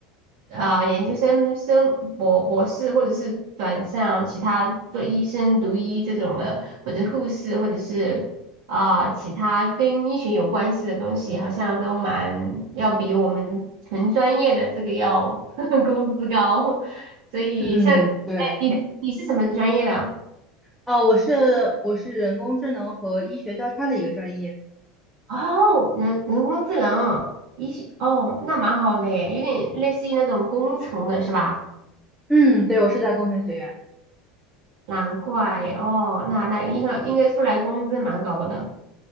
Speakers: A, on the right; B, in the centre.
A: 啊、研究生生博博士，或者是转向其他做医生、读医这种的，或者护士，或者是啊、其他跟医学有关系的东西，好像都蛮要比我们纯专业的这个要 <laughs> 工资高。所以像，
B: 嗯对，
A: 哎，你的你是什么专业的？
B: 啊、我是我是人工智能和医学交叉的一个专业。
A: 哦，人人工智能，医学，哦，那蛮好的耶，有点类似于那种工程的是吧？
B: 嗯，对，我是在工程学院。
A: 难怪哦，那那应该应该出来工资蛮高的。